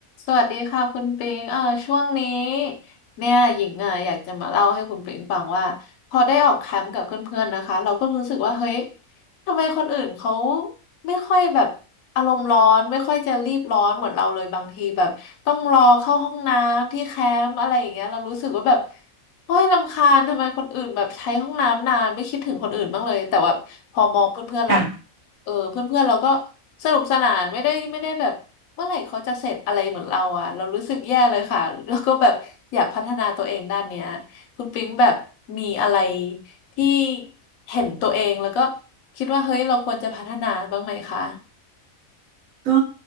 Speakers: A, on the left; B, on the right.
A: สวัสดีค่ะคุณปิงเออช่วงนี้เนี่ยหญิงอ่ะอยากจะมาเล่าให้คุณปิงฟังว่าพอได้ออกแคมป์กับเพื่อนๆนะคะเราก็รู้สึกว่าเฮ้ยทำไมคนอื่นเขาไม่ค่อยแบบอารมณ์ร้อนไม่ค่อยจะรีบร้อนเหมือนเราเลยบางทีแบบต้องรอเข้าห้องน้ำที่แคมป์อะไรอย่างเงี้ยเรารู้สึกว่าแบบโอ้ยรำคาญทำไมคนอื่นแบบใช้ห้องน้ำนานไม่คิดถึงคนอื่นบ้างเลยแต่ว่าพอมองเพื่อนๆเรา
B: ค่ะ
A: เออเพื่อนๆเราก็สนุกสนานไม่ได้ไม่ได้แบบ เมื่อไหร่เขาจะเสร็จอะไรเหมือนเราอ่ะเรารู้สึกแย่เลยค่ะแล้วก็แบบอยากพัฒนาตัวเองด้านเนี้ยคุณปิ๊งแบบมีอะไรที่เห็นตัวเองแล้วก็คิดว่าเฮ้ยเราควรจะพัฒนาบ้างไหมคะ
B: ก็